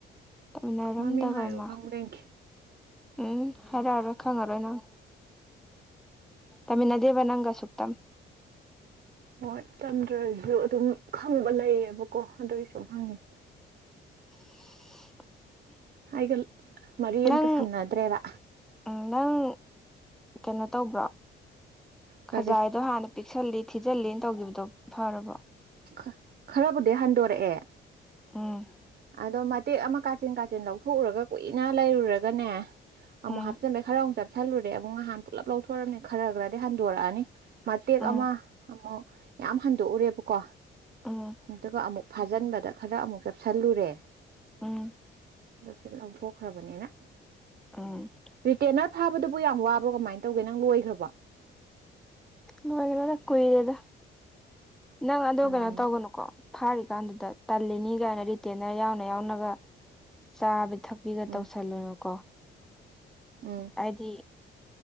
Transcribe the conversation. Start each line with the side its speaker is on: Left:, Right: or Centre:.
Centre: ꯇꯝꯃꯤꯟꯅꯔꯝꯗꯕ
Right: ꯃꯃꯤꯡ ꯍꯥꯏꯔꯣ
Centre: ꯑꯃ
Right: ꯈꯪꯕ꯭ꯔ ꯌꯦꯡꯒꯦ
Centre: ꯎꯝ ꯍꯥꯏꯔꯛꯑꯔꯣꯏ ꯈꯪꯉꯔꯣꯏ ꯅꯪ ꯇꯝꯃꯤꯟꯅꯗꯦꯕ ꯅꯪꯒ ꯁꯨꯛꯇꯝ
Right: ꯍꯣꯏ ꯇꯝꯗ꯭ꯔꯁꯨ ꯑꯗꯨꯝ ꯈꯪꯕ ꯂꯩꯌꯦꯕꯀꯣ ꯑꯗꯨꯒꯤ ꯁꯨꯝ ꯍꯪꯉꯤꯟ
Centre: <inaudible>
Right: ꯑꯩꯒ ꯃꯔꯤ ꯑꯝꯇ
Centre: ꯅꯪ
Right: ꯁꯝꯅꯗ꯭ꯔꯦꯕ
Centre: ꯎꯝ ꯅꯪ ꯀꯩꯅꯣ ꯇꯧꯕ꯭ꯔꯣ
Right: ꯀꯔꯤ
Centre: ꯈꯖꯥꯏꯗꯣ ꯍꯥꯟꯅ ꯄꯤꯛꯁꯜꯂꯤ ꯊꯤꯖꯜꯂꯤꯅ ꯇꯧꯈꯤꯕꯗꯣ ꯐꯔꯕꯣ
Right: ꯈ ꯈꯔꯕꯨꯗꯤ ꯍꯟꯗꯣꯔꯛꯑꯦ
Centre: ꯎꯝ
Right: ꯑꯗꯣ ꯃꯇꯦꯛ ꯑꯃ ꯀꯥꯆꯤꯟ ꯀꯥꯆꯤꯟ ꯂꯧꯊꯣꯛꯎꯔꯒ ꯀꯨꯏꯅ ꯂꯩꯔꯨꯔꯒꯅꯦ ꯑꯃꯨꯛ
Centre: ꯎꯝ
Right: ꯍꯥꯞꯆꯤꯟꯕꯩ ꯈꯔ ꯑꯃꯨꯛ ꯆꯞꯁꯤꯜꯂꯨꯔꯦ ꯑꯃꯨꯛ ꯉꯍꯥꯟ ꯄꯨꯂꯞ ꯂꯧꯊꯣꯔꯑꯕꯅꯤ ꯈꯔ ꯈꯔꯗꯤ ꯍꯟꯗꯣꯔꯛꯑꯅꯤ ꯃꯇꯦꯛ
Centre: ꯎꯝ
Right: ꯑꯃ ꯑꯃꯨꯛ ꯌꯥꯝ ꯍꯟꯗꯣꯛꯎꯔꯦꯕꯀꯣ
Centre: ꯎꯝ
Right: ꯑꯗꯨꯒ ꯑꯃꯨꯛ ꯐꯥꯖꯤꯟꯕꯗ ꯈꯔ ꯑꯃꯨꯛ ꯆꯞꯁꯤꯜꯂꯨꯔꯦ
Centre: ꯎꯝ
Right: ꯑꯗꯣ ꯁꯤ ꯂꯧꯊꯣꯛꯈ꯭ꯔꯕꯅꯤꯅ
Centre: ꯎꯝ
Right: ꯔꯤꯇꯦꯅꯔ ꯐꯥꯕꯗꯨꯕꯨ ꯌꯥꯝ ꯋꯥꯕ꯭ꯔꯣ ꯀꯃꯥꯏꯅ ꯇꯧꯒꯦ ꯅꯪ ꯂꯣꯏꯈ꯭ꯔꯕ
Centre: ꯂꯣꯏꯈꯔꯦꯗ ꯀꯨꯏꯔꯦꯗ ꯅꯪ ꯑꯗꯨ
Right: ꯎꯝ
Centre: ꯀꯩꯅꯣ ꯇꯧꯒꯅꯨ ꯀꯣ ꯐꯥꯔꯤꯀꯥꯟꯗꯨꯗ ꯇꯜꯂꯤꯅꯤ ꯀꯥꯏꯅ ꯔꯤꯇꯦꯅꯔ ꯌꯥꯎꯅ ꯌꯥꯎꯅꯒ ꯆꯥꯕ ꯊꯛꯄꯤꯒ
Right: ꯎꯝ
Centre: ꯇꯧꯁꯜꯂꯨꯅꯨꯀꯣ
Right: ꯎꯝ
Centre: ꯍꯥꯏꯗꯤ